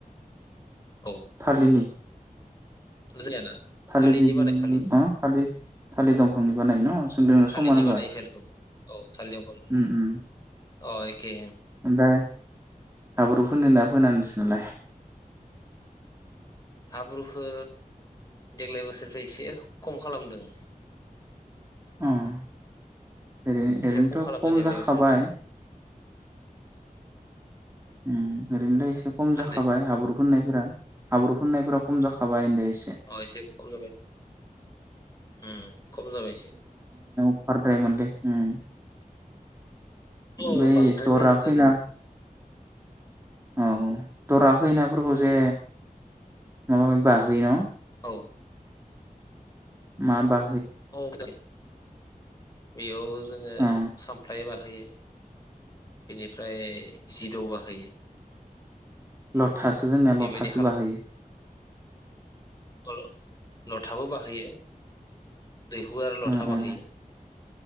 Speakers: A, on the left; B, on the right.
A: औ
B: थालिनि
A: जोंनियाना
B: थालिर
A: थालिरनि
B: बि
A: बानाय थालिरनि
B: अ थालिर थालिर दंफांनि बानायो न जोंदोंनो
A: थालिरनि
B: समानो होमबा
A: बानायो फेलखौ औ थालिर दंफांनि
B: उम उम
A: अ एखे
B: ओमफ्राय हाब्रु फोनोना फोना नोंसिनालाय?
A: हाब्रुखो देग्लाय बोसोरनिफ्राय एसे खम खालामदों।
B: अह ओरैनो
A: एसे
B: ओरैनोथ'
A: खालामदों
B: खम
A: देग्लाय
B: जाखाबाय।
A: बोसोरनिफ्राय
B: उम ओरैनो दो एसे एसे खम
A: मा होनदों
B: जाखाबाय हाब्रु फोननायफ्रा हाब्रु फनायफोरा खम जाखाबाय ओनदोय
A: अ एसे खम जाबाय, उम खम जाबाय एसे
B: अबार द्राय मोन्रै उम
A: औ
B: बै
A: बांद्राय
B: दरा
A: जायोमोन
B: खैना
A: गोदो।
B: औ दरा खय नाफोरखौ जे माबा मि बाहोयो न
A: औ
B: माबा
A: औ दे बियाव जोङो
B: ओ
A: खामफ्लाय बा होयो बिदि ओमफ्राय जि दौ बाहोयो।
B: ल थासो जोंना
A: बेबायदि
B: लथासो बाहायो।
A: ल लथाबो बाहायो बैयो दैहु आरो लथा
B: ओ ओ
A: बाहायो